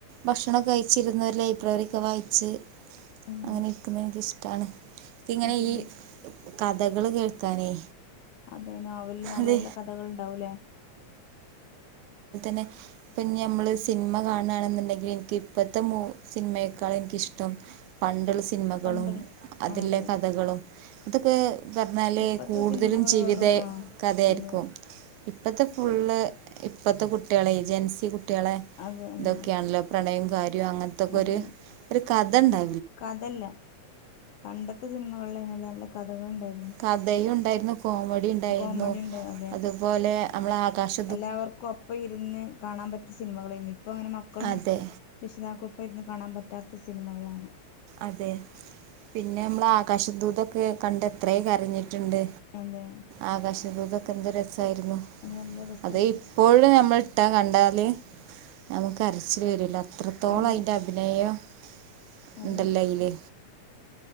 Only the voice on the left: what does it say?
ഉം
അതെ
അതെ നോവല്ല് നല്ല
നല്ല കഥകൾണ്ടാവൂലെ?
പണ്ടുള്ള
ആ അതെ
ഇപ്പത്തെ
സിനിമകള്
വെറും ആ
അതെ
അതെ അതെ
അതെ
കഥല്ല. പണ്ടത്തെ സിനിമകളിലേന്യല്ലോ നല്ല കഥകൾ ഉണ്ടായിരുന്നു
കോമഡി ഉണ്ട് അതെ
എല്ലാവർക്കും ഒപ്പം ഇരുന്ന് കാണാൻ പറ്റി സിനിമകളേനി. ഇപ്പൊ അങ്ങനെ മക്കളും
രക്ഷിതാകൊപ്പം ഇര്ന്ന് കാണാൻ പറ്റാത്ത സിനിമകളാണ്.
അതെ
അത് നല്ല രസായിരുന്നു
അതെ
അതെ